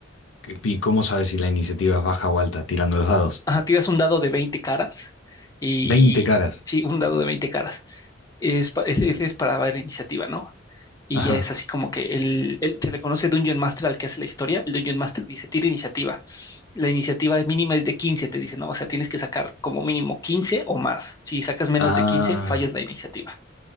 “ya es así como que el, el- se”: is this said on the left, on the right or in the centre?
Left